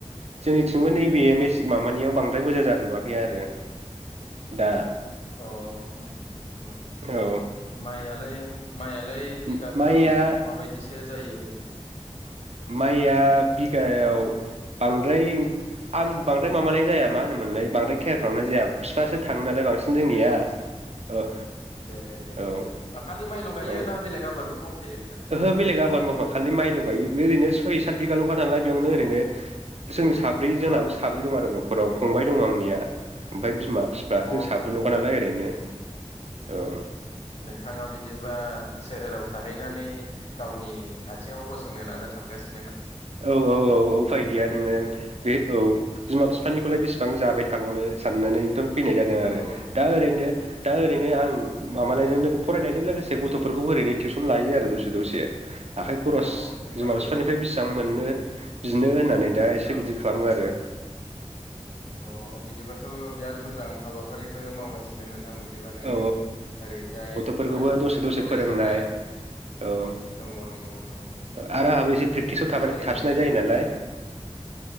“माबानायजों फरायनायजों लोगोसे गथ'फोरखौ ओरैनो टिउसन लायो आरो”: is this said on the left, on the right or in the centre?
Right